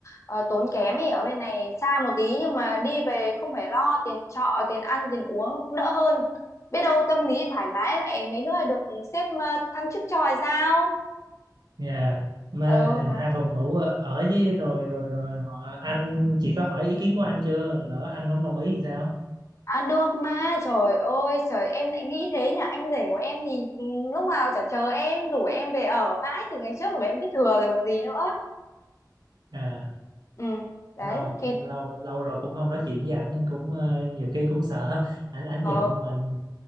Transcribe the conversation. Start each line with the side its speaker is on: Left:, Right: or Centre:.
Left: ờ, tốn kém ấy ở bên này xa một tí nhưng mà đi về không phải lo tiền trọ tiền ăn tiền uống nó cũng đỡ hơn biết đâu tâm lý thoải mái lại mấy nữa lại được sếp ờ, thăng chức cho hay sao
Right: nhà mà
Left: ừ
Right: ờ,
Left: đó
Right: hai phòng ngủ ở ở với rồi rồi rồi họ anh chị có hỏi ý kiến của anh chưa lỡ anh không đồng ý thì sao
Left: à, được mà trời ơi trời em lại nghĩ thế nhỉ anh rể của em thì ừ, lúc nào chả chờ em rủ em về ở mãi từ ngày trước rồi em biết thừa rồi còn gì nữa
Right: à
Left: ừ đấy
Right: lâu
Left: thì
Right: lâu lâu rồi cũng không nói chuyện với ảnh nên cũng ờ, nhiều khi cũng sợ <laughs> anh anh
Left: ờ
Right: giận mình